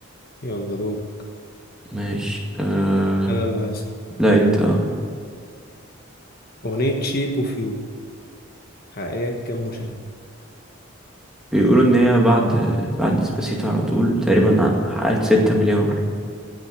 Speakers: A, on the left (about 45°); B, in the centre.
A: يلا دور
B: ماشي أه
A: أنا اللي هسأل
B: لا أنت
A: أغنية شيب أوف يو حقيقة كام مشاهدة؟
B: بيقولوا ان هي بعد بعد ديسباسيتو على طول تقريبا حققت ستة مليار